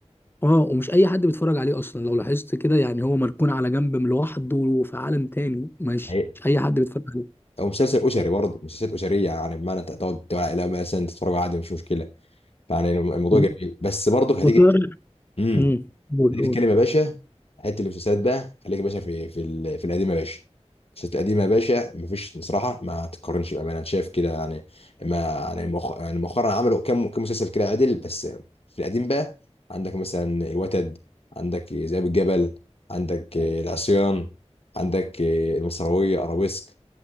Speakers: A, on the left (about 20°); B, on the left (about 60°).
A: اه ومش اي حد بيتفرج عليه اصلا لو لاحظت كده يعني هو مركون على جنب من لوحده وفي عالم تاني مش
B: رايق.
A: مش اي حد بيتفرج عليه
B: او مسلسل اسري برضه مسلسلات اسريه يعني بمعنى انت تقعد تقعد لا مثلا تتفرج عادي مش مشكله فيعني الموضوع
A: و-
B: جميل بس برضه هتيجي
A: وتقرا
B: امم
A: امم قول
B: هنيجي
A: قول
B: نتكلم يا باشا حته المسلسلات بقى خليك يا باشا في في ال- في القديم يا باشا المسلسلات القديمه يا باشا مفيش بصراحه ما تتقارنش بامانه انا شايف كده يعني ما يعني مؤخ- يعني مؤخرا عملوا كام كام مسلسل كده عدل بس في القديم بقى عندك مثلا الوتد عندك ذئاب الجبل عندك آه، العصيان عندك آه، المصراويه ارابيسك